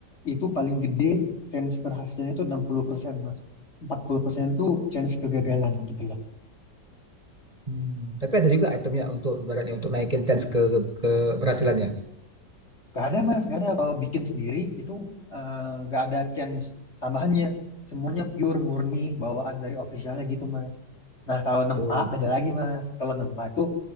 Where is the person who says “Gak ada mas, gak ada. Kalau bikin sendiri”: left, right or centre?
Left